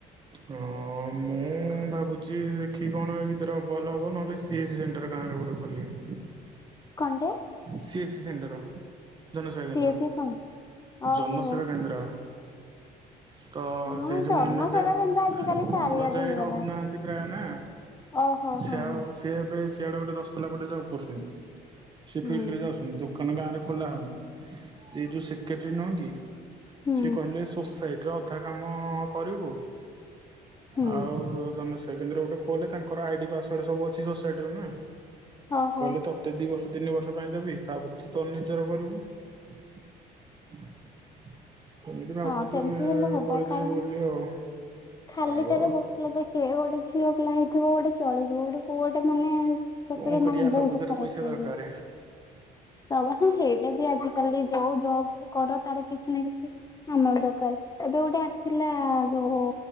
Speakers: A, on the right; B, on the left.
A: ହଁ ମୁଁ ମୁଁ ଭାବୁଛି ଦେଖି କଣ ଏ ଭିତରେ ଭଲ ହବ ନହେଲେ ସିଏସ୍ ସେଣ୍ଟର ଗାଁ ରେ ଗୋଟେ ଖୋଲିବେ। <inaudible>
B: କଣଟେ।
A: ସି ଏ ସ୍ ସେଣ୍ଡର ଜନସେବା
B: ସିଏ
A: କେନ୍ଦ୍ର
B: ସିଏ କଣ ଓହୋ
A: ଜନସେବା କେନ୍ଦ୍ର। ତ
B: ହଁ
A: ସେଇ ଯୋଉ
B: ଜନସେବା
A: ମନୋଜ
B: କେନ୍ଦ୍ର ଆଜିକାଲି
A: ମନୋଜ
B: ଚାରିଆଡେ
A: ଭାଇ
B: ହେଇଗଲାଣି।
A: ରହୁନାହାନ୍ତି ପ୍ରାୟ ନା
B: ଓହୋ
A: ସେ
B: ହଁ ହଁ
A: ସିଏ ଏବେ ସିଆଡେ ଗୋଟେ ଦଶ ପଲା ଗୋଟେ ଜବ୍ କରୁଛନ୍ତି। ସେ
B: ହୁଁ
A: ଫିଲ୍ଡ ରେ ଯାଉଛନ୍ତି ଦୋକାନ ଗାଁ ରେ ଖୋଲା ହଉନି। ଏ ଯୋଉ ସେକ୍ରେଟାରୀ ନୁହେଁ କି
B: ହୁଁ
A: ସିଏ କହିଲେ ସୋସାଇ ଟରେ ଅଧା କାମ କରିବୁ।
B: ହୁଁ
A: ଆଉ ଜନସେବା କେନ୍ଦରେ ଗୋଟେ ଖୋଲେ ତାଙ୍କର ଆଇଡି ପାସୱାର୍ଡ ସବୁ ଅଛି ସୋସାଇଟି ର ନା।
B: ଓହୋ।
A: କହିଲେ ତତେ ଦି ବର୍ଷ ତିନି ବର୍ଷ ପାଇଁ ଦେବି ତାପରେ ତୁ ତୋର ନିଜର କରିବୁ। ଏମିତି ଭାବୁଛି
B: ହଁ ସେମିତି ହେଲେ ହବ
A: କରିଦେବି
B: କାରଣ
A: ବୋଲି ଆଉ।
B: ଖାଲିଟାରେ
A: ଆଉ
B: ବସିଲେ ଦେଖେ ଗୋଟେ ଝିଅ ପିଲା ହେଇଥିବ ଗୋଟେ ଚଳିଯିବ ଗୋଟେ ପୁଅ ଗୋଟେ ମାନେ ସେତରେ
A: କଣ କରିବା
B: ମାନେ ବହୁତ
A: ସବୁଥିରେ
B: ଖରାପ
A: ପଇସା ଦରକାର
B: ଲାଗିବ। ସବ ହଁ ହେଇଟା ବି ଆଜିିକାଲି ଯୋଉ ଯଉ କର ତାର କିଛି ନା କିଛି ଆମର ଦରକାର, ଏବେ ଗୋଟେ ଆସିଥିଲା ଯୋଉ